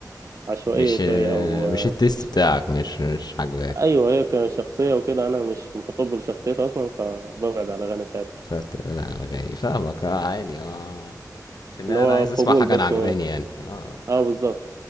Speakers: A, on the right; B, on the left.
A: عشوائية
B: مش
A: شوية او
B: مش
A: آه،
B: التيست
A: ش-
B: بتاعك مش مش عاجباك
A: ايوه هي كشخصية وكده انا مش متقبل شخصيتها اصلا فببعد على الاغاني بتاعتها
B: فبتبعد عن الاغاني فاهمك اه عادي اه في النهايه
A: ان هو
B: انا عايز اسمع
A: قبول
B: حاجه
A: بس
B: انا عجباني يعني اه
A: اه بالظبط